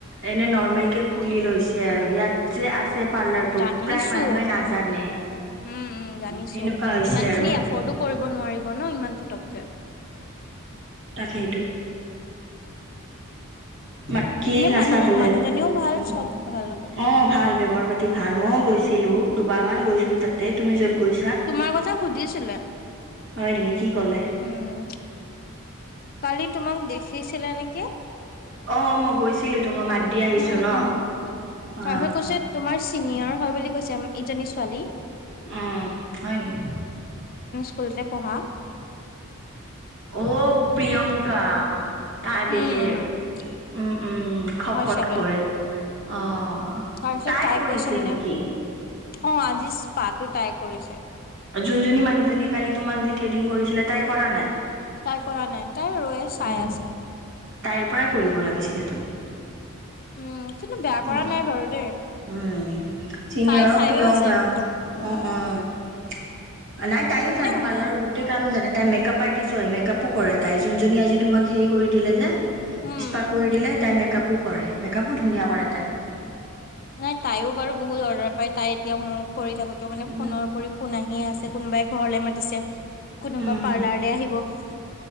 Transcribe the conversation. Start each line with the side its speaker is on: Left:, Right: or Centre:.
Right: এনে নৰ্মেল কে খুলি লৈছে আৰু ইয়াত যে আছে। পাৰ্লাৰটো
Left: জানিছো
Right: প্ৰায় মানুহে নাজানে।
Left: উম উম জানিছোঁ
Right: সেনেকুৱা হৈছে
Left: ইমান
Right: আৰু
Left: খিনি এফৰ্ডো কৰিব নোৱাৰিব। ন ইমান পটককে।
Right: তাকেই তো। ব কি
Left: এনে
Right: আছা
Left: মানুহ
Right: ভালে
Left: মানুহজনীও ভাল
Right: অ
Left: চব ভাল
Right: অ ভাল ব্যৱহাৰ পাতি ভাল মইও গৈছো। ছিলো দুবাৰ মান গৈছো তা তুমি য'ত গৈছ?
Left: তোমাৰ কথা সুধিছিলে
Right: হয় নেকি কি ক'লে
Left: উম। কালি তোমাক দেখিছিলে নেকি?
Right: অ মই গৈছিলো। তো মই মাত দি আহিছো
Left: উম
Right: ন
Left: উম
Right: অ
Left: তাৰপিছত কৈছ তোমাৰ চিনিয়ৰ হয় বুলি কৈছে। ইজনী ছোৱালী।
Right: উম হয় নেকি?
Left: স্কুল যে পঢ়া।
Right: অ
Left: উম
Right: প্ৰিয়ংকা তাই বেলেগ
Left: উম
Right: উম উম খক
Left: হয় চাগে
Right: কৰে অ
Left: তাৰপিছত
Right: তাই কৰিছে
Left: কৈছে মানে
Right: নেকি?
Left: অ আজি পাতটো টাই কৰিছে?
Right: যোনজনী মানুহজনীয়ে কালি তোমাক দি থ্ৰেডিং কৰিছিলে তাই কৰা নাই।
Left: তাই কৰা নাই তাই ৰৈ চাই
Right: উম।
Left: আছে।
Right: তাইৰ পৰাই কৰিব লাগিছিলে তুমি?
Left: উম কিন্তু বেয়া
Right: উম।
Left: কৰা নাই বাৰু দেই।
Right: উম চিনিয়ৰ
Left: তাই
Right: অ
Left: চাইও
Right: প্ৰিয়ংকা
Left: আছে উম
Right: অ উ নাই তাই
Left: মানে
Right: জানে,
Left: উম
Right: পালাৰৰ গোটেই
Left: উম
Right: কাম জানে তাই মেকআপ। পাতিছো হয় মেকআপো কৰে তাই যোনজনী আজি তোমাক হেই কৰি দিলে যে
Left: উম
Right: সপা
Left: উম
Right: কৰি দিলে তাই মেকপো কৰে মেকাপো ধুনীয়া কৰে তাই <unintelligible>
Left: ন তাইও বাৰু বহুত অৰ্ডাৰ পাই তাই এতিয়া মই কৰি থাকোতে মানে
Right: উম।
Left: ফোনৰ উপৰি ফোন আহি, <unintelligible> ধিয়ে আছে কোনোবাই ঘৰলে মাতিছে কোনোবা
Right: উম,
Left: পাৰ্লাৰলে আহিব <unintelligible>